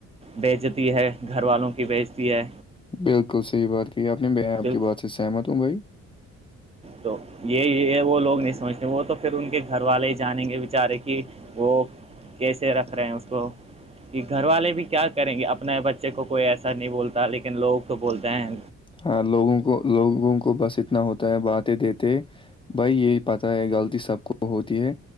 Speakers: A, on the right (about 20°); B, on the left (about 15°).
A: بیچتی ہے گھر والوں کی بیچتی ہے
B: بالکل صحیح بات کہ آپ نے میں آپ
A: بالکل
B: کی بات سے سہمت ہوں بھائی
A: تو یہ یہ وہ لوگ نہیں سمجھتے وہ تو پھر ان کے گھر والے ہی جانیں گے بیچارے کی وہ کیسے رکھ رہے ہیں اس کو کہ گھر والے بھی کیا کریں گے اپنے بچے کو کوئی ایسا نہیں بولتا لیکن لوگ تو بولتے ہیں
B: ہاں لوگوں کو لوگوں کو بس اتنا ہوتا ہے باتیں دیتے بھائی یہی پتا ہے غلطی سب کو ہوتی ہے